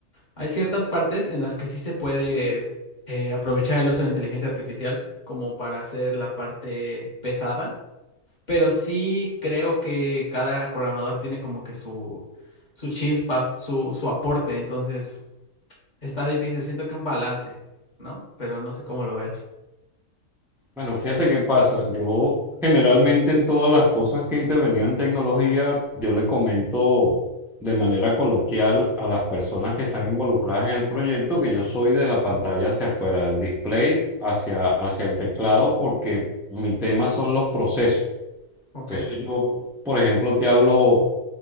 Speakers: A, on the left; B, in the centre.
A: hay ciertas partes en las que sí se puede eh, aprovechar el uso de inteligencia artificial como para hacer la parte pesada, pero sí creo que cada programador tiene como que su, su chispa, su, su aporte, entonces está difícil, siento que un balance, ¿no? Pero no sé cómo lo veas.
B: Bueno, fíjate qué pasa. Yo generalmente en todas las cosas que he intervenido en tecnología, yo le comento de manera coloquial a las personas que están involucradas en el proyecto que yo soy de la pantalla hacia afuera, del display hacia, hacia el teclado, porque mi tema son los procesos.
A: Ok.
B: Entonces yo, por ejemplo, te hablo